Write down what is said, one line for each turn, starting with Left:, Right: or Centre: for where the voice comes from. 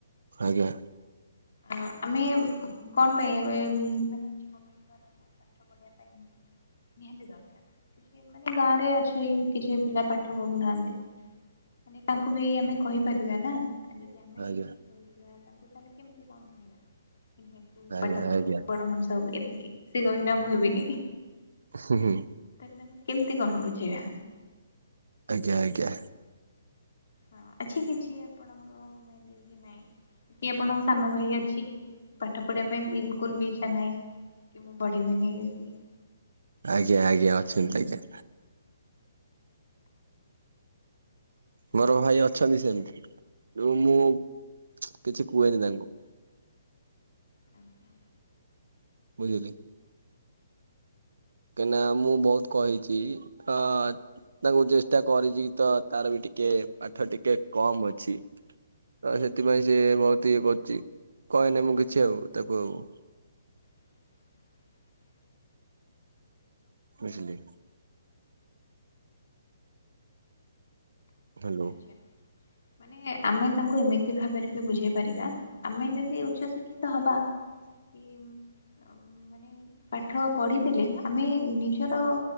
Right: ଆଜ୍ଞା।
Left: ଆ ଆମେ କଣ ପାଇଁ ଏବେ ମାନେ ଯ ପାଠ ପଢ଼ିବା ପାଇଁ। ନିହାତି ଦରକାର କିଛି ମାନେ ଗାଁ ରେ ଅଛି କିଛି ପିଲା ପାଠ ପଢୁନାହାନ୍ତି। ମାନେ ତାଙ୍କୁ ବି ଆମେ କହିପାରିବା ନା ଆ ଯଦି ଆମେ
Right: ଆଜ୍ଞା
Left: କହି ତାଙ୍କୁ ତାହେଲେ କେମିତି କଣ କହନ୍ତି ଭାଇ ତୁ
Right: ଆଜ୍ଞା
Left: ପାଠ ପଢ଼
Right: ଆଜ୍ଞା
Left: ବଡ ମଣିଷ ହବୁ। ସେ କହିନା ମୁଁ ହେବିନି।
Right: ଉଁ ହୁଁ ହୁଁ।
Left: ତମେ କେମିତି କଣ ବୁଝେଇବା?
Right: ଆଜ୍ଞା, ଆଜ୍ଞା।
Left: ହଁ ଅଛି କିଛି ଆପଣଙ୍କ ମାଇଣ୍ଡ ରେ କି ନାଇଁ। କିଏ ଆପଣଙ୍କ ସାନ ଭାଇ ଅଛି ପାଠ ପଢିବା ପାଇଁ ବିଲକୁଲ ବି ଇଚ୍ଛା ନାହିଁ। କି ମୁଁ ପଢ଼ିବିନି ଇଏ ସିଏ।
Right: ଆଜ୍ଞା, ଆଜ୍ଞା ଅଛନ୍ତି ଆଜ୍ଞା। ମୋର ଭାଇ ଅଛନ୍ତି ସେମିତି ଯଉ ମୁଁ କିଛି କୁହେନି ତାଙ୍କୁ।
Left: ଆଜ୍ଞା।
Right: ବୁଝିଲେ? କାହିଁକି ନା ମୁଁ ବହୁତ କହିଛି ତ ତାଙ୍କୁ ଚେଷ୍ଟା କରିଛି ତ ତାର ବିଠ ଟିକେ ପାଠ ଟିକେ କମ୍ ଅଛି ତ ସେଥିପାଇଁ ସେ ବହୁତ ଇଏ କରୁଛି। କହେନି ମୁଁ କିଛି ଆଉ ତାକୁ ଆଉ।
Left: <inaudible>
Right: ବୁଝିଲେ? ହ୍ୟାଲୋ
Left: ଆଚ୍ଛା। ମାନେ ଆମେ ତାଙ୍କୁ ଏମିତି ଭାବରେ ବି ବୁଝେଇ ପାରିବା ଆମେ ଯଦି ଉଚ୍ଚ ଶିକ୍ଷିତ ହବା କି ମାନେ ପାଠ ପଢିଥିଲେ ଆମେ ନିଜର